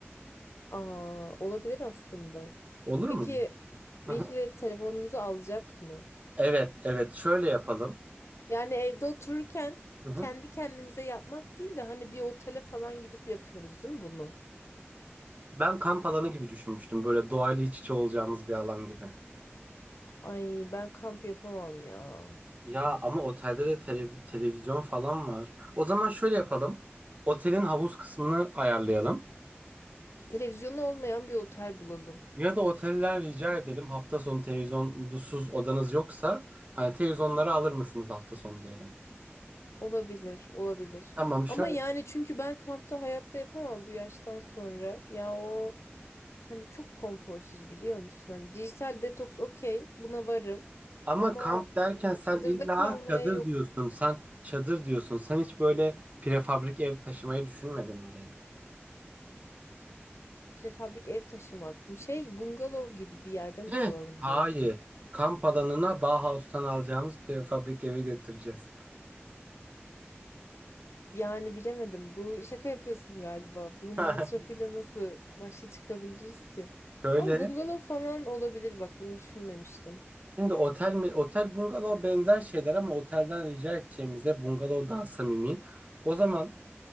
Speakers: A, on the left; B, on the right.
A: Aa, olabilir aslında.
B: Olur
A: Peki
B: mu?
A: birileri
B: Hı hı,
A: telefonumuzu alacak mı?
B: Evet, evet. Şöyle yapalım.
A: Yani evde otururken
B: hı hı.
A: kendi kendimize yapmak değil de hani bir otele falan gidip yapıyoruz değil mi bunu?
B: Ben kamp alanı gibi düşünmüştüm. Böyle doğayla iç içe olacağımız bir alan gibi.
A: Ay ben kamp yapamam ya.
B: Ya ama otelde de televi- televizyon falan var. O zaman şöyle yapalım. Otelin havuz kısmını ayarlayalım.
A: Televizyonu olmayan bir otel bulalım.
B: Ya da oteller rica edelim hafta sonu televizyonsuz odanız yoksa hani televizyonları alır mısınız hafta sonu diyelim.
A: Olabilir, olabilir.
B: Tamam şöyle.
A: Ama yani çünkü ben kampta hayatta yapamam bu yaştan sonra. Ya o hani çok konforsuz biliyor musun? Hani dijital detoks okey, buna varım.
B: Ama
A: Ama
B: kamp derken sen
A: e, çadırda
B: illa
A: kalmaya
B: çadır
A: yok.
B: diyorsun. Sen çadır diyorsun. Sen hiç böyle prefabrik ev taşımayı düşünmedin oraya.
A: Prefabrik ev taşımak. mı? Şey bungalov gibi bir yerde mi
B: Heh,
A: kalalım
B: hayır.
A: diyorsun?
B: Kamp alanına Bauhaus'tan alacağımız prefabrik evi götüreceğiz.
A: Yani bilemedim. Bu şaka yapıyorsun galiba. Bunun
B: <laughs>
A: masrafıyla nasıl başa çıkabiliriz ki?
B: Şöyle.
A: Ama bungalov falan olabilir bak bunu düşünmemiştim.
B: Şimdi otel mi? Otel bungalov benzer şeyler ama otelden rica edeceğimize bungalov daha samimi. O zaman